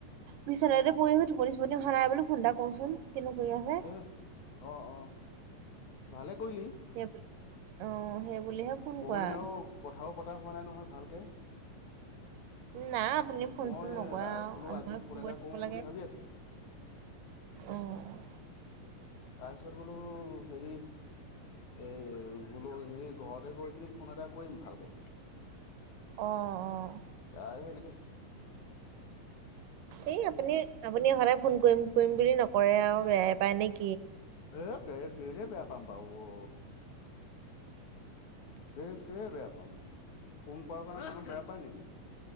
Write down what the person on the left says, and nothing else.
এহ, অ' অহ। ভালে কৰিলি।
বহু
দিন আৰু কথাও পাত তা হোৱা নাই নহয় ভালকে।
মই
বোলো
আজি
এটা
কৰোঁ
বুলি ভাবি আছিলোঁ
তাৰপিছত বোলো হেৰি এই বোলো হেৰি ঘৰতে গৈ কিনি ফোন এটা কৰিম ভালকে।
<unintelligible> সেনেকে
<unintelligible> কেলে বেয়া পাম বাউ অ। কে কেলে বেয়া <unintelligible> ফোন কৰাৰ কাৰণে মানু্হ বেয়া পাই নেকি?